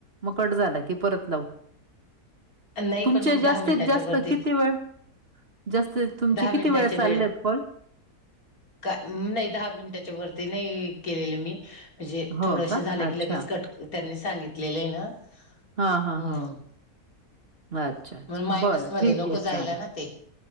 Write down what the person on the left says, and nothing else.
नाही
पण मग
दहा मिनिटाच्या
वरतीच
दहा
मिनिटाच्या
का नाही दहा मिनिटाच्या वरती नाही केलेले मी म्हणजे
थोडस
झालं
की लगेच कट त्यांनी सांगितलेलं आहे ना
म्हणून
मग मायनस
मध्ये
नको
जायला
ना ते